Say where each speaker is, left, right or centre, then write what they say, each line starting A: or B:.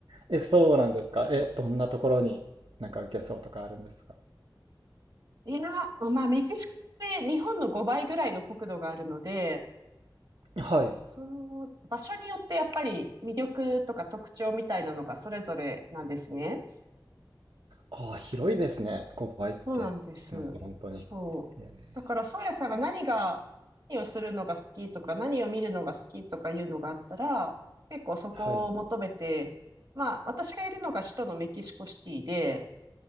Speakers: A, on the right (about 85°); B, on the right (about 55°).
A: え、そうなんですか。え、どんなところになんか受けそうとかあるんですか。
B: いや、まあ、メキシコって日本の5倍ぐらいの国土があるので、
A: はい。
B: その場所によってやっぱり魅力とか特徴みたいなのがそれぞれなんですね。
A: ああ、広いですね。5倍って言いますと本当に。
B: そうなんです。そう。
A: えー
B: だから、そうやさんが何が、何をするのが好きとか、何を見るのが好きとかいうのがあったら、結構そこを求めて、
A: はい。
B: まあ、私がいるのが首都のメキシコシティで、